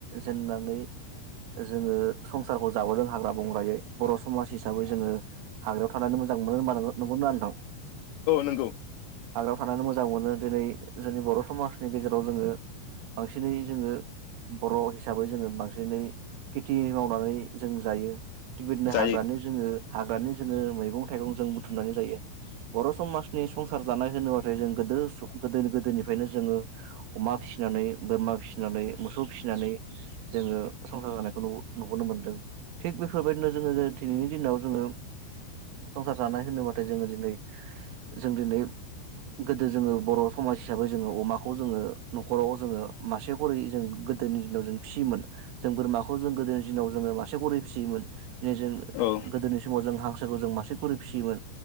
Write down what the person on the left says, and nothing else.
नंगौ
जायो
औ